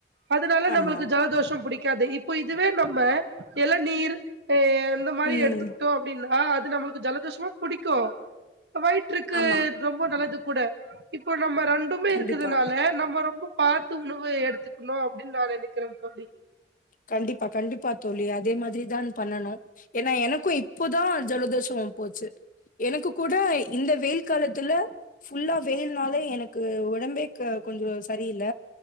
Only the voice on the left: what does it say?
ஆமா
ம்
ஆமா
கண்டிப்பா
கண்டிப்பா கண்டிப்பா தோழி அதே மாதிரிதான் பண்ணனும் ஏன்னா எனக்கும் இப்போதான் ஜலதோஷம் போச்சு எனக்கு கூட இந்த வெயில் காலத் த்துல ஃபுல்லா வெயில்னாலே எனக்கு உடம்பே கொஞ்சம் சரியில்ல